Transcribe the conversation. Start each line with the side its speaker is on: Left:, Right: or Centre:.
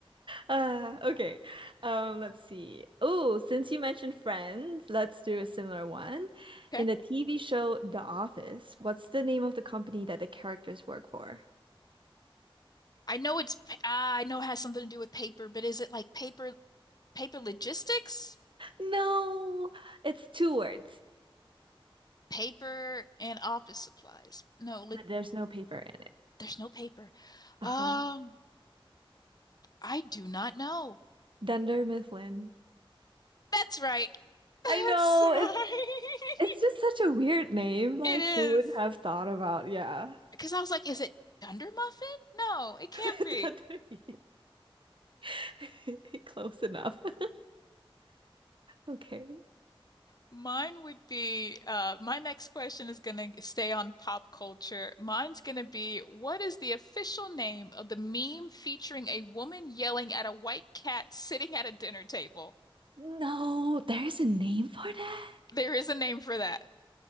Right: Uh, okay. Um, let's see. Oh, since you mentioned Friends, let's do a similar one.
Left: Okay.
Right: In the TV show The Office, what's the name of the company that the characters work for?
Left: I know it's pa- ah, I know it has something to do with paper, but is it like paper paper logistics?
Right: No, it's two words,
Left: Paper and office supplies. No, like
Right: but there's no paper in it.
Left: there's no paper.
Right: Uh-huh.
Left: Um I do not know.
Right: Dunder Mifflin.
Left: That's right. That's
Right: I know
Left: right.
Right: it's it's
Left: <laughs>
Right: just such a weird name. Like,
Left: It is.
Right: who would have thought about? Yeah,
Left: Because I was like, is it Dunder Muffin? No, it can't
Right: <laughs>
Left: be.
Right: Dunderee. <laughs> close enough. <laughs> Okay.
Left: Mine would be uh, my next question is going to stay on pop culture. Mine's going to be what is the official name of the meme featuring a woman yelling at a white cat sitting at a dinner table?
Right: No, there's a name for that.
Left: There is a name for that.